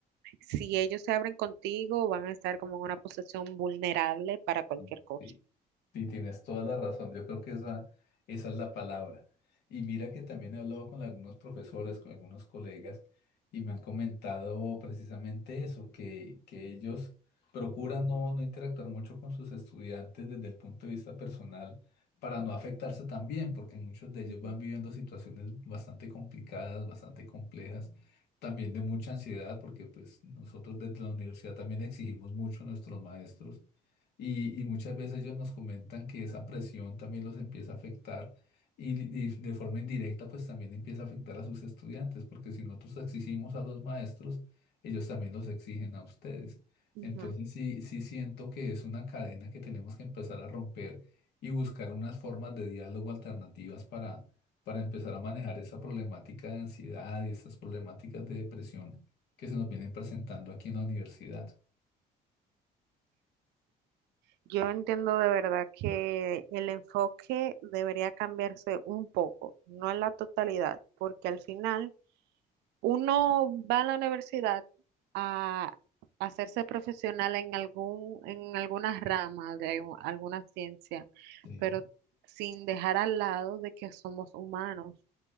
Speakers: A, on the right (about 85°); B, on the left (about 75°).
A: si ellos se abren contigo van a estar como en una posición vulnerable para cualquier
B: sí,
A: cosa.
B: sí. Sí, tienes toda la razón. Yo creo que esa, esa es la palabra. Y mira que también he hablado con algunos profesores, con algunos colegas, y me han comentado precisamente eso, que, que ellos procuran no, no interactuar mucho con sus estudiantes desde el punto de vista personal para no afectarse también, porque muchos de ellos
A: Ujú,
B: van viviendo situaciones bastante complicadas, bastante complejas, también de mucha ansiedad, porque pues nosotros desde la universidad también exigimos mucho a nuestros maestros y, y muchas veces ellos nos comentan que esa presión también los empieza a afectar y, y de forma indirecta pues también empieza a afectar a sus estudiantes, porque si nosotros exigimos a los maestros, ellos también los exigen a ustedes.
A: ujú.
B: Entonces sí, sí siento que es una cadena que tenemos que empezar a romper y buscar unas formas de diálogo alternativas para, para empezar a manejar esa problemática de ansiedad y estas problemáticas de depresión que se nos vienen presentando aquí en la universidad.
A: Yo entiendo de verdad que el enfoque debería cambiarse un poco, no en la totalidad, porque al final uno va a la universidad a hacerse profesional en algún, en alguna rama de u- alguna ciencia,
B: Sí,
A: pero sin dejar al lado de que somos humanos